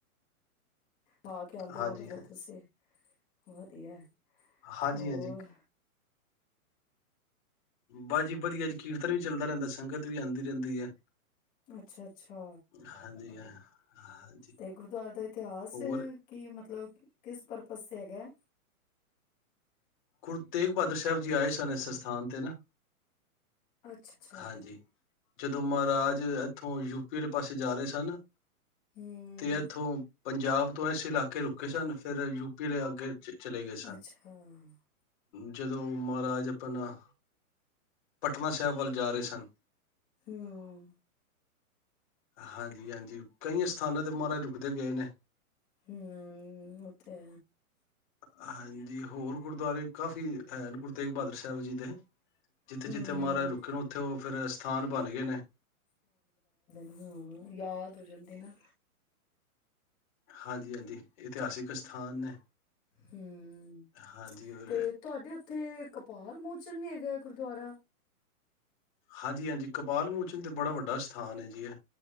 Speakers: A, on the left; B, on the left.
A: ਹਾਂ ਕ ਆਉਂਦੇ
B: ਹਾਂਜੀ।
A: ਹੋਗੇ ਫੇਰ ਤੁਸੀਂ ਵਧੀਆ
B: ਹਾਂਜੀ
A: ਹੋਰ
B: ਹਾਂਜੀ ਬਾਜੀ ਵਧੀਆ ਜੀ ਕੀਰਤਨ ਵੀ ਚੱਲਦਾ ਰਹਿੰਦਾ ਸੰਗਤ ਵੀ ਆਉਂਦੀ ਰਹਿੰਦੀ ਹੈ
A: ਅੱਛਾ ਅੱਛਾ
B: ਹਾਂਜੀ ਹਾਂ ਹਾਂਜੀ
A: ਤੇ ਗੁਰਦੁਆਰੇ ਦਾ ਇਤਿਹਾਸ
B: ਹੋਰ
A: ਕੀ ਮਤਲਬ ਕਿਸ ਪਰਪਜ ਤੇ ਹੈਗਾ
B: ਗੁਰੂ ਤੇਗ ਬਹਾਦਰ ਸਾਹਿਬ ਜੀ ਆਏ ਸਨ ਇਸ ਅਥਾਨ ਤੇ ਨਾ
A: ਅੱਛਾ-ਅੱਛਾ।
B: ਹਾਂਜੀ ਜਦੋਂ ਮਹਾਰਾਜ ਇੱਥੋਂ ਯੂ ਪਲੇ ਪਾਸੇ ਜਾ ਰਹੇ ਸਨ
A: ਹਮ
B: ਤੇ ਇੱਥੋਂ ਪੰਜਾਬ ਤੋਂ ਇਸ ਇਲਾਕੇ ਰੁਕੇ ਸਨ ਫਿਰ ਯੂਪੀ ਲ ਆਗੇ ਚ ਚਲੇ ਗਏ ਸਨ
A: ਅੱਛਾ-ਅੱਛਾ-ਅੱਛਾ।
B: ਜਦੋਂ ਮਹਾਰਾਜ ਆਪਣਾ ਪਟਨਾ ਸਾਹਿਬ ਵੱਲ ਜਾ ਰਹੇ ਸਨ
A: ਹਮ
B: ਹਾਂਜੀ ਹਾਂਜੀ ਕਈਆਂ ਸਥਾਨਾਂ ਤੇ ਮਹਾਰਾਜ ਰੁਕਦੇ ਗਏ ਨੇ
A: ਹਮ ਉਹ ਤੇੇ
B: ਹਾਂਜੀ ਹੋਰ ਗੁਰਦੁਆਰੇ ਕਾਫੀ ਹੈ ਗੁਰੂ ਤੇਗ ਬਹਾਦਰ ਸਾਹਿਬ ਜੀ ਦੇ ਜਿੱਥੇ
A: ਹੂੰ।
B: ਜਿੱਥੇ ਮਹਾਰਜ ਰੁਕੇ ਨੇ ਉੱਥੇ ਉਹ ਫਿਰ ਸਥਾਨ ਬਣ ਗਏ ਨੇ
A: ਹਮ ਯਾਦ ਹੋ ਜਾਂਦੇ ਨਾ
B: ਹਾਂਜੀ ਹਾਂਜੀ ਇਤਿਹਾਸਿਕ ਅਥਾਨ ਨੇ
A: ਹਮ
B: ਹਾਂਜੀ ਔਰ
A: ਤੇ ਤੁਹਾਡੇ ਉੱਥੇ ਕਪਾਲ ਮੋਚਨ ਵੀ ਹੈ ਗੁਰਦੁਆਰਾ
B: ਹਾਂਜੀ ਹਾਂਜੀ ਕਪਾਲ ਮੋਚਨ ਤੇ ਬੜਾ ਵੱਡਾ ਸਥਾਨ ਹੈ ਜੀ ਇਹ